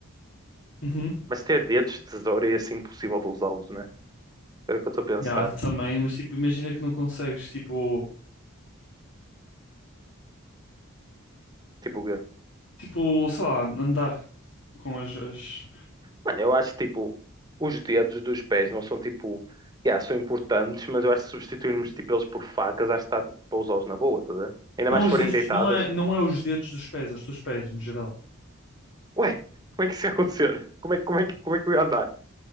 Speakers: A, on the left; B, on the right.
A: Uhum.
B: Mas ter dedos de tesoura é assim impossível de usá-los, né? Era o que eu estou a pensar.
A: Já, também, mas tipo, imagina que não consegues, tipo,
B: Tipo, o
A: tipo, sei lá, andar com as, as,
B: mano, eu acho que tipo, os dedos dos pés não são tipo, yeah, são importantes, mas eu acho que se substituirmos tipo eles por facas, acho que está tipo para usá-los na boa, tá a ver? Ainda
A: Não
B: mais
A: os
B: se forem
A: dedos,
B: deitadas.
A: não é, não é os dedos dos pés, é os teus pés, no geral.
B: Ué, como é que isso ia acontecer? Como é, que- como é, que- como é que eu ia andar?